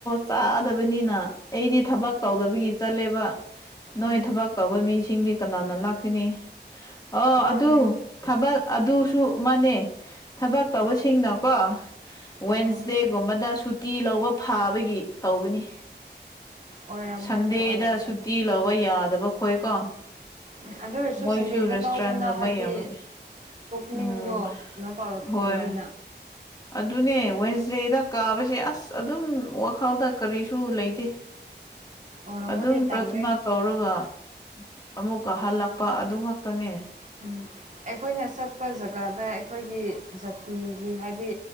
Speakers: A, on the left; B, on the right.
A: ꯆꯥꯗꯕꯅꯤꯅ ꯑꯩꯗꯤ ꯊꯕꯛ ꯇꯧꯗꯕꯒꯤ ꯆꯠꯂꯦꯕ ꯅꯣꯏ
B: ꯎꯝ
A: ꯊꯕꯛ ꯇꯧꯕ ꯃꯤꯁꯤꯡꯗꯤ ꯀꯅꯥꯅ ꯂꯥꯛꯀꯅꯤ ꯑꯣ
B: ꯃꯥꯅꯦ
A: ꯑꯗꯨ ꯊꯕꯛ ꯑꯗꯨꯁꯨ ꯑꯃꯅꯦ ꯊꯕꯛ ꯇꯧꯕꯁꯤꯡꯅꯀꯣ ꯋꯦꯟ
B: ꯎꯝ
A: ꯗꯦꯒꯨꯝꯕꯗ ꯁꯨꯇꯤ ꯂꯧꯕ ꯐꯥꯕꯒꯤ ꯇꯧꯕꯅꯤ꯫
B: ꯑꯣꯏꯔꯝꯒꯅꯤ
A: ꯁꯟꯗꯦꯗ
B: ꯑꯣꯏꯔꯝꯒꯅꯤ
A: ꯁꯨꯇꯤ ꯂꯧꯕ ꯌꯥꯗꯕ ꯈꯣꯏꯀꯣ꯫
B: ꯎꯝ ꯑꯗꯨ ꯑꯣꯏꯔꯁꯨ
A: ꯃꯣꯏꯁꯨ
B: ꯁꯟꯗꯦꯗ
A: ꯔꯦꯁꯇꯨꯔꯦꯟꯒꯨꯝꯕ
B: ꯂꯧꯕꯅ ꯍꯥꯏꯗꯤ꯫
A: ꯌꯥꯝꯕꯅꯤ
B: ꯄꯨꯛꯅꯤꯡꯗꯣ
A: ꯎꯝ
B: ꯀꯩꯅꯣ ꯇꯧꯔꯒꯅꯤꯅ
A: ꯍꯣꯏ ꯑꯗꯨꯅꯦ ꯁ ꯆꯦꯗ ꯀꯥꯕꯁꯦ ꯑꯁ ꯑꯗꯨꯝ ꯋꯥꯈꯜꯗ ꯀꯔꯤꯁꯨ ꯂꯩꯇꯦ
B: ꯑꯣꯏꯔꯝꯃꯗꯤ
A: ꯑꯗꯨꯝ ꯄ꯭ꯔꯊꯅꯥ
B: ꯇꯜꯂꯦ
A: ꯇꯧꯔꯒ ꯑꯃꯨꯛꯀ ꯍꯜꯂꯛꯄ ꯑꯗꯨ ꯉꯥꯛꯛꯇꯅꯦ꯫
B: ꯎꯝ ꯑꯩꯈꯣꯏꯅ ꯆꯠꯄ ꯖꯒꯥꯗ ꯑꯩꯈꯣꯏꯒꯤ ꯖꯥꯇꯤꯒꯤ ꯍꯥꯏꯗꯤ